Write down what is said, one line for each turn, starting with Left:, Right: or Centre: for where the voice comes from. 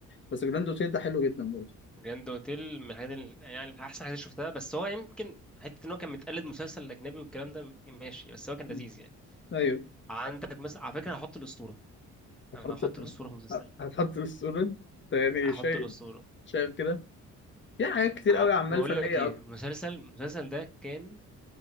Left: بس جراند اوتيل ده حلو جدا برضه
Centre: جراند اوتيل من الحاجات ال- يعني من احسن حاجات شفتها بس هو يمكن حته ان هو كان متقلد مسلسل اجنبي والكلام ده ماشي بس هو كان
Left: مم.
Centre: لذيذ يعني
Left: ايوه
Centre: عندك مثلا على فكره هحط الاسطوره
Left: هتحط
Centre: انا هحط الاسطوره في المسلسل
Left: هتحط بالصورة ده يعني
Centre: هحط
Left: شيء
Centre: الاسطوره
Left: شايف كده في حاجات كتير
Centre: ع-
Left: قوي اعمال
Centre: بقول
Left: فنية
Centre: لك ايه
Left: اكتر
Centre: المسلسل المسلسل ده كان